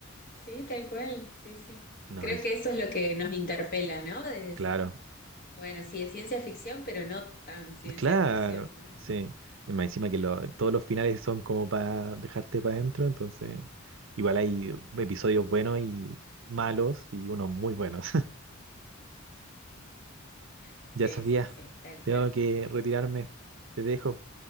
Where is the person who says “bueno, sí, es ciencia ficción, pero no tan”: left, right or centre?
Left